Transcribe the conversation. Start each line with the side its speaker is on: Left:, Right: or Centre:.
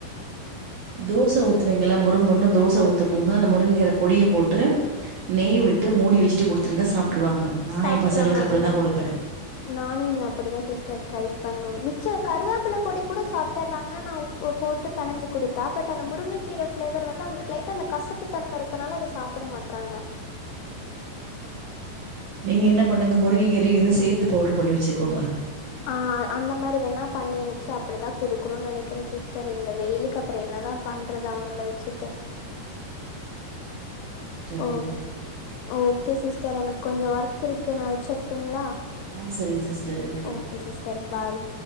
Right: தோச ஊத்துவிங்கள்ள மொரு மொருன்னு தோச ஊத்துமும்போது அந்த முருங்ககீற பொடிய போட்டு நெய் விட்டு மூடி வச்சுட்டு குடுத்துருங்க சாப்ட்டுருவாங்க நா
Left: சாப்ட்ருவாங்க
Right: எ பசங்களுக்கு அப்படித்தா
Left: அந்த
Right: கொடுப்பே
Left: நானு இனி அப்டிதா சிஸ்டர் ட்ரை பண்ணு மிச்ச கருவாப்பில பொடி கூட சாப்டர்றாங்க ஆனா போட்டு பனஞ்சு கொடுத்தா பட் அந்த முருங்கைக்கீரை ஃபிளேவர் வந்து அவ்ங்களுக்கு லைட்டா அந்த கசப்பு தன்ம இருக்கனால அத சாப் புட மாட்றாங்க
Right: நீங்க என்ன பண்ணுங்க முருங்ககீற இதயு சேத்து பவுடர் பண்ணி வச்சுக்கோங்க
Left: ஆ அந்த மாரி வேணா பண்ணி வச்சு அப்டி தா கொடுக்கணு நினைக்கிற சிஸ்டர் இந்த வெயிலுக்கு அப்புறோ என்ன தா பண்றது அவ்ங்கள வச்சுட்டு
Right: கண்டிப்பா
Left: ஓ ஓகே சிஸ்டர் எனக் கொஞ்சோ ஒர்க் இருக்கு நா வச்சருட்டுங்களா
Right: ஆ செரிங்க சிஸ்டர்
Left: ஓகே சிஸ்டர் பாய்